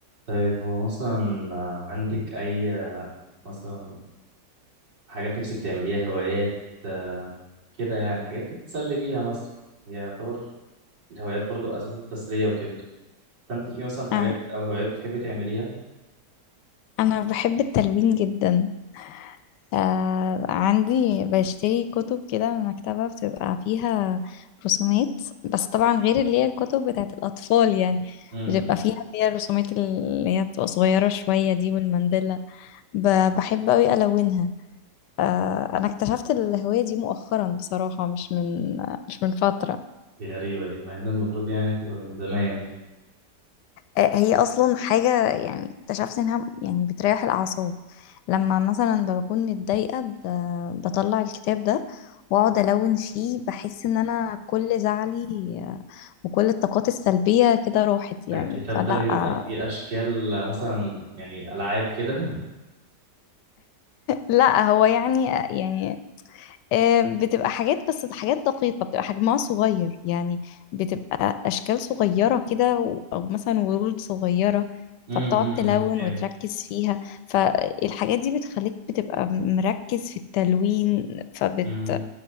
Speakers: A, on the right; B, on the left.
A: طيب هو مثلا عندك أي مثلا حاجات نفسك تعمليها هوايات آه، كده يعني حاجات بتتسلي بيها مثلا هي يعتبر الهوايات برضو أساس التسلية وكده فأنت في مثلا حاجات
B: أم-
A: أو هوايات بتحبي تعمليها
B: أنا بحب التلوين جدا آه، عندي بشتري كتب كده من مكتبة بتبقى فيها رسومات بس طبعا غير اللي هي الكتب بتاعت الأطفال يعني
A: امم
B: بتبقى فيها فيها الرسومات اللي هي بتبقى صغيرة شوية دي والمندلة ب- بحب أوي ألونها آه، أنا اكتشفت الهواية دي مؤخرا بصراحة مش من مش من فترة
A: دي غريبة دي مع إن المفروض يعني تبقى من زمان
B: آه، هي اصلا حاجه يعني اكتشفت انها يعني بتريح الاعصاب لما مثلا بكون متضايقه ب- بطلع الكتاب ده واقعد الون فيه بحس ان انا كل زعلي آه، وكل الطاقات السلبيه كده راحت يعني
A: الكتاب
B: فلا
A: ده بيبقى
B: <laughs> آه،
A: فيه أشكال آه، مثلا يعني ألعاب كده
B: لا هو يعني يعني آم، بتبقى حاجات بس حاجات دقيقة بتبقى حجمها صغير يعني بتبقى أشكال صغيرة كده و- أو مثلا ورود صغيرة
A: امم
B: فبتقعد
A: امم
B: تلون
A: فهمت
B: وتركز فيها فالحاجات دي بتخليك بتبقى مركز في التلوين فبت
A: امم